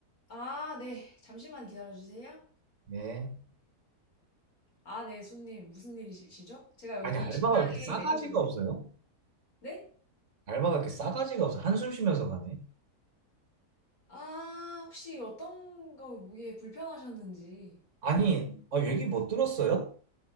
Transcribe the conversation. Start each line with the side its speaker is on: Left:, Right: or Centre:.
Left: 아, 네. 잠시만 기다려 주세요.
Right: 예.
Left: 아, 네, 손님. 무슨 일이시죠? 제가 여기
Right: 아니, 알바가
Left: 식당의
Right: 왜 이렇게 싸가지가
Left: 매니저입니다.
Right: 없어요?
Left: 네?
Right: 알바가 이렇게 싸가지가 없어. 한숨 쉬면서 가네.
Left: 아, 혹시 어떤 거 이게 불편하셨는지.
Right: 아니, 아, 얘기
Left: 네.
Right: 못 들었어요?